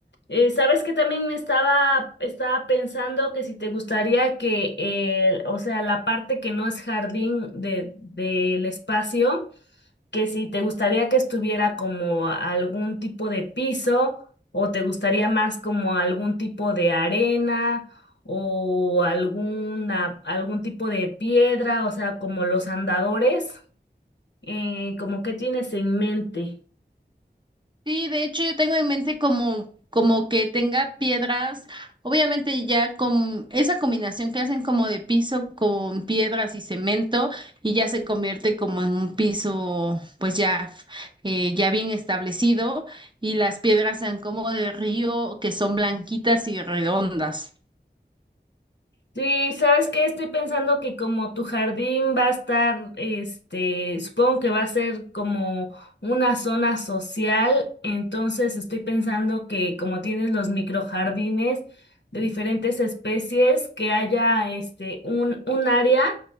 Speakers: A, on the left (about 75°); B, on the right (about 25°).
A: Eh, sabes que también me estaba, estaba pensando que si te gustaría que, eh, o sea, la parte que no es jardín de, del espacio, que si te gustaría que estuviera como algún tipo de piso o te gustaría más como algún tipo de arena o alguna, algún tipo de piedra, o sea, como los andadores, eh, como qué tienes en mente.
B: Sí, de hecho yo tengo en mente como, como que tenga piedras, obviamente ya con esa combinación que hacen como de piso con piedras y cemento y ya se convierte como en un piso pues ya, eh, ya bien establecido y las piedras sean como de río que son blanquitas y redondas.
A: Sí, ¿sabes que Estoy pensando que como tu jardín va a estar, este, supongo que va a ser como una zona social, entonces estoy pensando que como tienes los microjardines de diferentes especies, que haya este un, un área